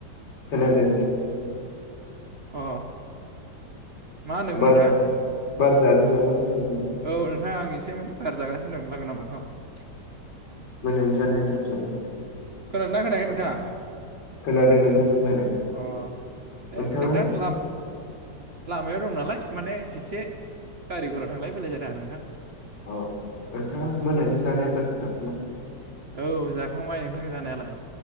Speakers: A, on the left; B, on the right.
A: खोनादों
B: अ मा होनदोंमोन
A: बार
B: नोंथाङा?
A: बार जादों नामा होनदों? नोंथां?
B: औ नोंथाङा आं एसे माने बार जागासिनो दं लांगोना मोखाङाव
A: मोनानि जानाय आदार‌ खालामबाय
B: खोनादों ना खोनायाखै नोंथाङा?
A: खोनादों नोंथां खोनादों
B: अ
A: नोंथाङा
B: ए नोंथां लाम लामायाव दं नालाय माने एसे गारि घरा थांलाय फैलाय जादों आरो नोंथां
A: अ नोंथाङा मोनानि जानाय आदारखौ जाखांबाय
B: औ जाखांबाय नोंथां जानायालाय